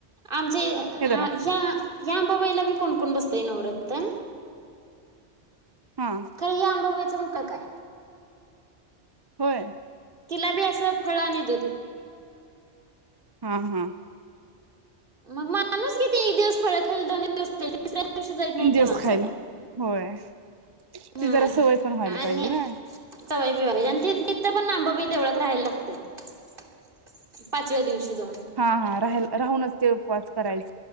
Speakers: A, on the right (about 50°); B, on the right (about 25°).
A: आमचे ह्या
B: हे जरा
A: अंबाबाईला कोण कोण बसतय नवरतन.
B: हा
A: खर ही अंबाबाई. <unintelligible>
B: होय
A: तिला बी असं फळ आणि दूध.
B: हा हा
A: मग मा माणूस किती एक दिवस फळ खाईल दोन दिवस <unintelligible> नाही
B: जेस
A: माणसाला
B: खायला होय ती
A: हा
B: जरा सवय पण व्हायला
A: आणि
B: पाहिजे ना.
A: सवय बिवायची आणि तिथं पण अंबाबाई देवळात राहायला लागतय पाचव्या दिवशी. जाऊन.
B: हा हा राहिल राहुनच त्यो. पोच करायचं